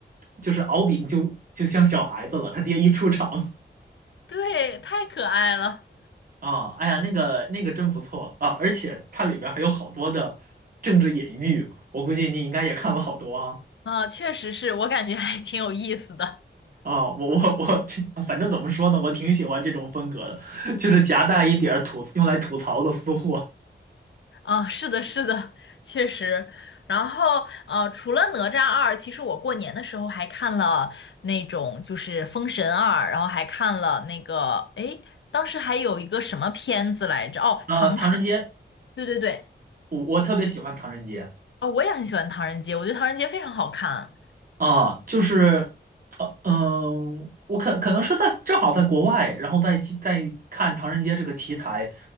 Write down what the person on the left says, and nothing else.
<laughs> 对，太可爱了。
啊，确实是我感觉还挺有意思的
啊，是的，是的，确实。然后呃，除了哪吒二，其实我过年的时候还看了那种就是《封神二》，然后还看了那个，诶，当时还有一个什么片子来着？哦，
《唐探》。
对对对，
啊，我也很喜欢《唐人街》，我觉得《唐人街》非常好看。